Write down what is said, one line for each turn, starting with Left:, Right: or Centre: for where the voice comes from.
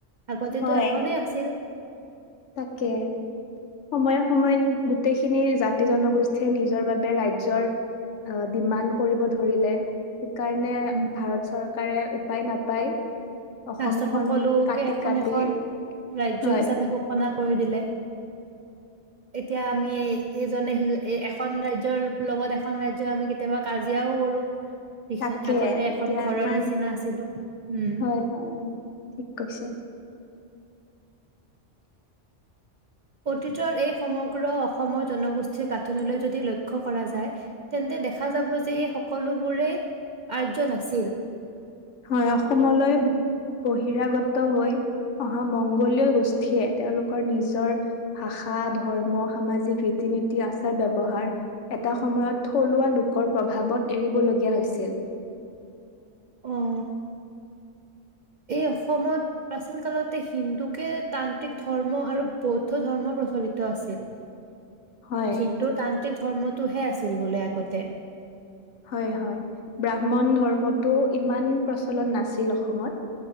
Right: আগতেটো
Left: হয়
Right: এখনেই আছিল।
Left: তাকে। সময়ে সময়ে গোটেইখিনি খিনিৰ জাতি জনগোষ্ঠীয়ে নিজৰ বাবে ৰাজ্যৰ ডিমাণ্ড কৰিব ধৰিলে। সেইকাৰণে
Right: উম,
Left: ভাৰত চৰকাৰ কাৰে উপায় নাপায় অসমখন
Right: ৰাষ্ট্ৰক সকলোকে
Left: কাটি
Right: এখন
Left: কাটি
Right: এখন ৰাজ্য
Left: হয়
Right: হিচাপে ঘোষণা। কৰি দিলে। এতিয়া আমি ইজনে সি এখন ৰাজ্যৰ লগত এখন ৰাজ্যই আমি কেতিয়াবা কাজিয়াও কৰো। সিখন
Left: তাকে
Right: আগতে
Left: এতিয়া
Right: এখন ঘৰৰ
Left: ইমান
Right: নিচিনা আছিলো। উ'ম।
Left: হয় হয় ঠিক কৈছে।
Right: অতীতৰ এই সমগ্ৰ অসমৰ জনগোষ্ঠীৰ গাঁথনিলৈ যদি লক্ষ্য কৰা যায় তেন্তে দেখা যাব যে এই সকলোবোৰেই আৰ্য নাছিল।
Left: হয় অসমলৈ বহিৰাগত হৈ। অহা মংগোলীয় গোষ্ঠীয়ে তেওঁলোকৰ নিজৰ ভাষা, ধৰ্ম, সামাজিক ৰীতি নীতি, আচাৰ ব্যৱহাৰ এটা সময়ত থলুৱা লোকৰ প্ৰভাৱত এৰিবলগীয়া হৈছিল।
Right: অ'। এই অসমত প্ৰাচীন কালতে হিন্দুকে তান্ত্ৰিক ধৰ্ম আৰু বৌদ্ধ ধৰ্ম প্ৰচলিত আছিল।
Left: হয়
Right: হিন্দু তান্ত্ৰিক ধৰ্মতটোহে আছে। আছিল বোলে আগতে।
Left: হয়, হয় ব্ৰাহ্মণ ধৰ্মটো ইমান প্ৰ। ফলন নাছিল অসমত